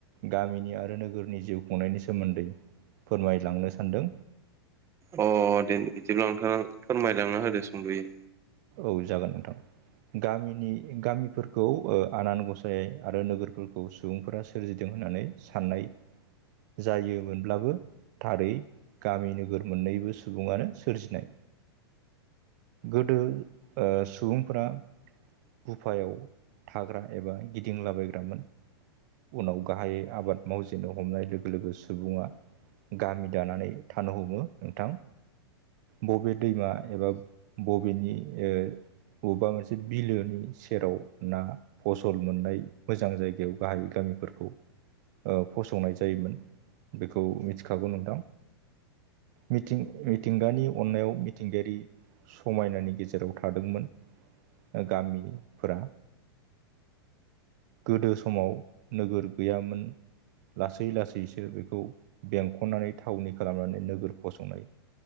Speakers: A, on the right; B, on the right.
A: गामिनि आरो नोगोरनि जिउ खुंनायनि सोमोन्दै फोरमायलांनो सानदों।
B: अ दे बिदिब्ला नोंथां फोरमायलांना होदो सुंदयै
A: औ जागोन नोंथां। गामिनि गामिफोरखौ ओ आनान गसाइ आरो नोगोरफोरखौ सुबुंफोरा सो सोरजिदों होननानै साननाय जायोमोनब्लाबो थारै गामि नोगोर मोननैबो सुबुङानो सोरजिनाय गोदो ओ सुबुंफोरा बुफायाव थाग्रा एबा गिदिंलाबायग्रामोन। उनाव गाहायै आबाद मावजेननो हमनाय लोगो लोगो सुबुङा गामि दानानै थानो हमो नोंथां बबे दैमा एबा बबेनि ओ बबेबा मोनसे बिलोनि सेराव ना फसल मोननाय मोजां जायगायाव गाहाय गामिफोरखौ ओ फसंनाय जायोमोन बेखौ मिथिखागौ नोंथां मिथिं मिथिंगानि अननायाव मिथिंगायारि समायनानि गेजे राव थादोंमोन दा गामिनिफोरा गोदो समाव नोगोर गैयामोन। लासै लासैसो बेखौ बेंखननानै थावनि खालामनानै नोगोर फसंनाय